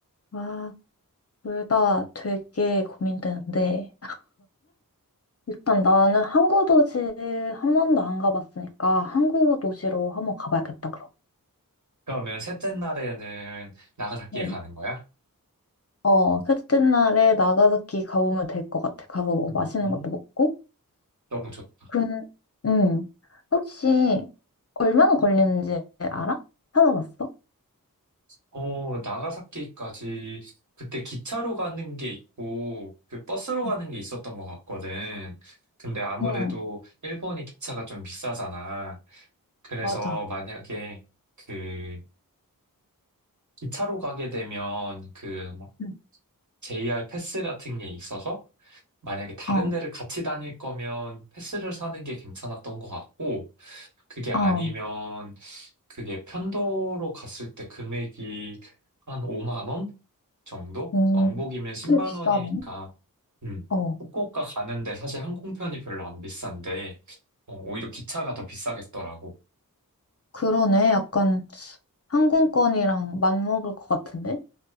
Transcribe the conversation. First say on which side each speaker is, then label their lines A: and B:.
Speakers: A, on the left; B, on the right.
A: 와, 둘 다 되게 고민되는데, 일단 나는 항구 도시 한 번도 안 가봤으니까 항구 도시로 한번 가봐야겠다, 그럼.
B: 그러면 셋째 날에는 나가사키에
A: 응.
B: 가는 거야?
A: 어, 셋째 날에 나가사키 가보면 될 것 같아. 가서 뭐
B: 음,
A: 맛있는 것도 먹고.
B: 너무 좋다.
A: 근, 음, 혹시 얼마나 걸리는지 알아? 찾아봤어?
B: 어, 나가사키까지 그때 기차로 가는 게 있고 그 버스로 가는
A: 응,
B: 게 있었던 것 같거든. 근데 아무래도
A: 응,
B: 일본이 기차가 좀 비싸잖아. 그래서
A: 맞아.
B: 만약에 그 기차로 가게 되면 그막
A: 응.
B: JR 패스 같은 게 있어서 만약에 다른
A: 어,
B: 데를 같이 다닐 거면 패스를 사는 게 괜찮았던 것 같고 그게 아니면
A: 어,
B: 그게 편도로 갔을 때 금액이 한 5만 원? 정도?
A: 음,
B: 왕복이면 10만
A: 꽤 비싸네.
B: 원이니까, 음,
A: 어,
B: 후쿠오카 가는데 사실 항공편이 별로 안 비싼데, 어, 오히려 기차가 더 비싸겠더라고.
A: 그러네. 약간 항공권이랑 맞먹을 것 같은데?